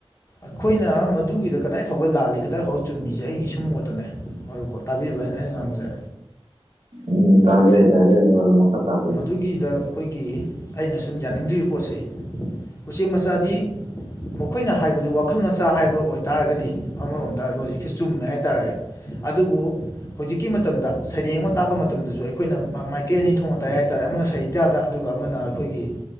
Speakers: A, on the left; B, on the right.
A: ꯑꯈꯣꯏꯅ ꯃꯗꯨꯒꯤꯗ ꯀꯗꯥꯏ ꯐꯥꯎꯕ ꯂꯥꯜꯂꯤ ꯀꯗꯥꯏ ꯐꯥꯎꯕ ꯆꯨꯝꯃꯤꯁꯦ ꯑꯩꯒꯤ ꯁꯨꯝ ꯃꯣꯠꯇꯅꯦ <unintelligible> ꯇꯥꯕꯤꯕ꯭ꯔꯥ ꯑꯩꯅ ꯑꯩꯅ ꯉꯥꯡꯕꯖꯦ
B: ꯎꯝ ꯇꯥꯖꯩ ꯇꯖꯩ <unintelligible> ꯃꯈꯥ ꯇꯥꯕꯤꯌꯨ
A: ꯑꯗꯨꯒꯤꯗ ꯑꯈꯣꯏꯒꯤ ꯑꯩꯅ ꯁꯨꯝ ꯌꯥꯅꯤꯡꯗ꯭ꯔꯤꯕ ꯄꯣꯠꯁꯦ ꯎꯆꯦꯛ ꯃꯆꯥꯗꯤ ꯃꯈꯣꯏꯅ ꯍꯥꯏꯕꯗꯨ ꯋꯥꯈꯜ ꯃꯆꯥ ꯍꯥꯏꯕ ꯑꯣꯏꯇꯥꯔꯒꯗꯤ ꯑꯃꯔꯣꯝꯗ ꯂꯣꯖꯤꯛꯁꯦ ꯆꯨꯝꯃꯦ ꯍꯥꯏꯇꯥꯔꯦ ꯑꯗꯨꯕꯨ ꯍꯧꯖꯤꯛꯀꯤ ꯃꯇꯝꯗ ꯁꯩꯔꯦꯡ ꯑꯃ ꯇꯥꯛꯄ ꯃꯇꯝꯗꯁꯨ ꯑꯩꯈꯣꯏꯅ ꯃ ꯃꯥꯏ ꯀꯦ ꯑꯅꯤ ꯊꯣꯛꯅ ꯇꯥꯛꯑꯦ ꯍꯥꯏꯇꯥꯔꯦ ꯑꯃꯅ ꯁꯍꯤꯇ꯭ꯌꯥꯗ ꯑꯗꯨꯒ ꯑꯃꯅ ꯑꯩꯈꯣꯏꯒꯤ